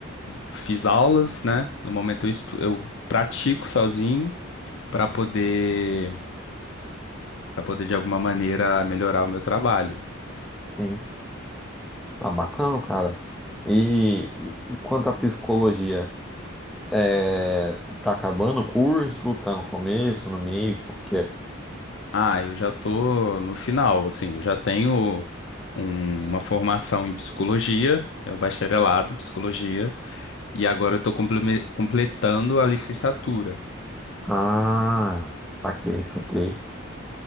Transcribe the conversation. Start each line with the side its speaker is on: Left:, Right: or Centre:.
Left: fiz aulas, né? No momento eu, estu- eu pratico sozinho para poder, para poder de alguma maneira melhorar o meu trabalho.
Centre: Sim. Ah, bacana, cara. E, e, e quanto à psicologia? É, tá acabando o curso? Tá no começo, no meio? Como que é?
Left: Ah, eu já tô no final, assim, eu já tenho um- uma formação em psicologia, é o bacharelado em psicologia. E agora eu estou completando a licenciatura.
Centre: Ah, saquei, saquei.